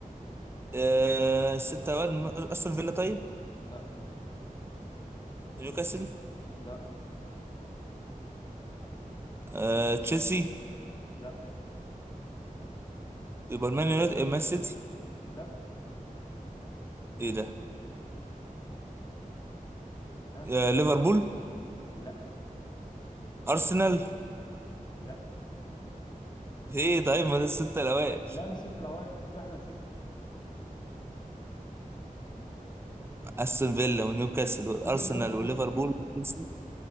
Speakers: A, on the right; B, on the left.
A: آه، الستة الاوائل م- استون فيلا طيب
B: لا
A: نيوكاسل
B: لا
A: آه، تشيلسي
B: لا
A: يبقى المان يونايتد- مان سيتي
B: لا
A: ايه ده
B: ها
A: آه، ليفربول
B: لا
A: ارسنال
B: لا
A: ايه طيب ما دي الستة الاوائل
B: لا مش ست الاوائل في واحده نسيتها
A: استون فيلا ونيوكاسل وارسنال
B: نوتنجهام فورست
A: وليفربول وتشيلسي